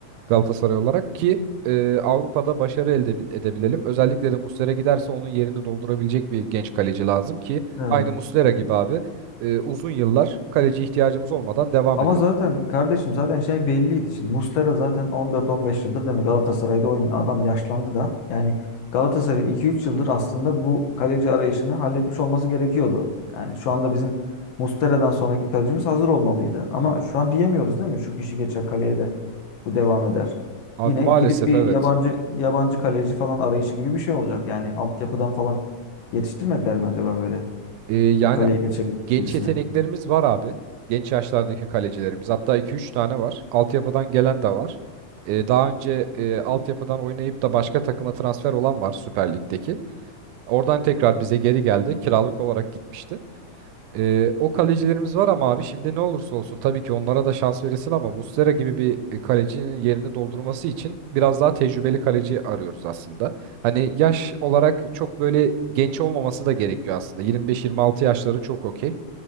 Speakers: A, on the right; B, on the left.
A: Galatasaray olarak ki e, Avrupa'da başarı elde edebil- edebilelim. Özellikle de Muslera giderse onun yerini doldurabilecek bir genç kaleci lazım ki
B: Evet.
A: aynı Muslera gibi abi e, uzun yıllar kaleci ihtiyacımız olmadan devam
B: Ama
A: edelim.
B: zaten kardeşim zaten şey belliydi. Şimdi Muslera zaten 14-15 yıldır demek Galatasaray'da oynuyor. Adam yaşlandı da. Yani Galatasaray'ın 2-3 yıldır aslında bu kaleci arayışını halletmiş olması gerekiyordu. Yani şu anda bizim Muslera'dan sonraki kalecimiz hazır olmalıydı. Ama şu an diyemiyoruz değil mi? Şu kişi geçer kaleye de bu devam eder.
A: Abi
B: Yine
A: maalesef
B: gidip bir
A: evet.
B: yabancı yabancı kaleci falan arayışı gibi bir şey olacak. Yani altyapıdan falan yetiştirmediler mi acaba böyle?
A: E, yani
B: Bir kaleye geçebilecek
A: genç
B: birisine.
A: yeteneklerimiz var abi. Genç yaşlardaki kalecilerimiz. Hatta iki üç tane var. Altyapıdan gelen de var. E, daha önce e, altyapıdan oynayıp da başka takıma transfer olan var Süper Lig'deki. Oradan tekrar bize geri geldi. Kiralık olarak gitmişti. Ee, o kalecilerimiz var ama abi şimdi ne olursa olsun tabii ki onlara da şans verilsin ama Muslera gibi bir e, kalecinin yerini doldurması için biraz daha tecrübeli kaleci arıyoruz aslında. Hani yaş olarak çok böyle genç olmaması da gerekiyor aslında. Yirmi beş yirmi altı yaşları çok okey.